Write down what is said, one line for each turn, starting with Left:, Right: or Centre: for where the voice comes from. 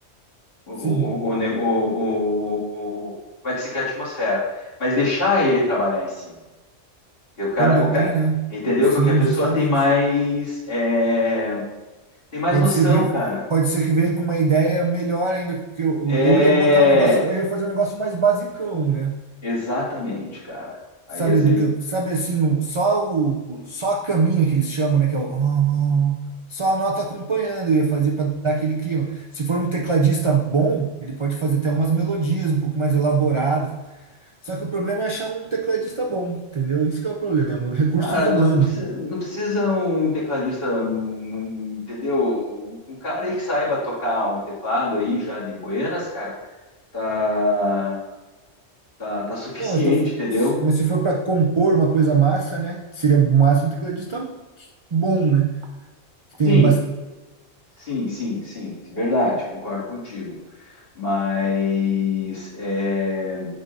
Left: O, o,
Right: Sim,
Left: o, o, ne- o, o, o- como é que você quer a atmosfera. Mas deixar ele trabalhar em cima. O cara,
Right: também,
Left: o cara,
Right: né?
Left: entendeu?
Right: Sim,
Left: Porque a pessoa
Right: justamente.
Left: tem mais, é, tem mais
Right: Pode
Left: noção,
Right: ser que,
Left: cara.
Right: pode ser que venha com uma ideia melhor ainda, porque eu,
Left: É,
Right: eu ia botar um negócio, eu ia fazer um negócio mais basicão, né?
Left: exatamente, cara. Aí
Right: Sabe
Left: às
Right: do
Left: vezes,
Right: que, eu- sabe assim, o- só o, só a caminha que eles chamam, né? Que é o, <laughs> "Ah", só a nota acompanhando, eu ia fazer para dar aquele clima. Se for um tecladista bom, ele pode fazer até umas melodias um pouco mais elaboradas. Só que o problema é achar um tecladista bom, entendeu? Isso que é o problema, recursos
Left: cara,
Right: humanos.
Left: não precisa, não precisa um tecladista, hum, entendeu? Um cara aí que saiba tocar um teclado aí já de buenas, cara, tá, tá, tá suficiente,
Right: Não, mas, tô f-
Left: entendeu?
Right: mas se for para compor uma coisa massa, né? Seria massa um tecladista bom, né? Que tenha
Left: Sim,
Right: bastante.
Left: sim, sim, sim, verdade, concordo contigo. Mas é,